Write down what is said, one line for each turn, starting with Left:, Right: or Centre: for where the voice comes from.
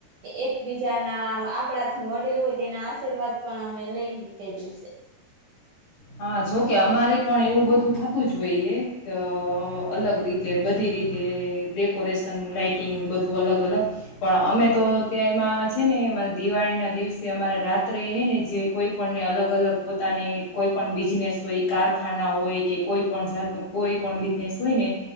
Right: એકબીજાના આપણાથી વડીલ હોય તેના આશીર્વાદ પણ અમે લઈ તે દિવસે
Left: હા જોકે અમારે પણ એવું બધું થતું જ હોઈએ કે અલગ રીતે બધી રીતે ડેકોરેશન લાઇટિંગ બધું અલગ અલગ પણ અમે તો ત્યાં એમાં છે ને અમારે દિવાળીના દિવસે અમારે રાત્રે હ ને જે કોઈપણને અલગ અલગ પોતાની કોઈ પણ બિઝનેસ હોય કારખાના હોય કે કોઈ પણ જાતનું કોઈ પણ બિઝનેસ હોય ને